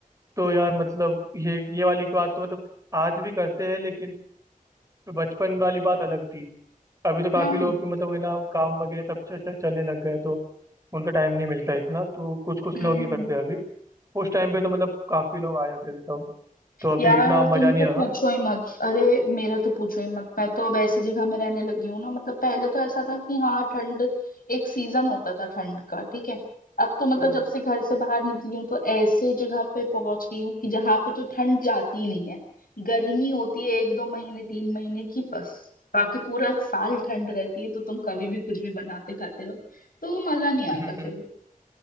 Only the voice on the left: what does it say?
हाँ
हम्म
यार
और
तुम
तो
पूछो ही मत अरे मेरा तो पूछो ही मत मैं तो अब ऐसी जगह में रहने लगी हूँ ना मतलब पहले तो ऐसा था कि हाँ ठंड एक सीजन होता था ठंड का ठीक है अब तो मतलब
जब से घर से बाहर निकली हूँ तो ऐसे जगह पे पहुंच गई हूँ कि जहाँ पे तो ठंड जाती ही नहीं है गर्मी होती है एक दो महीने तीन महीने की बस बाकी पूरा साल ठंड रहती है तो तुम कभी भी कुछ भी बनाते खाते रहो तो मजा नहीं
आता फिर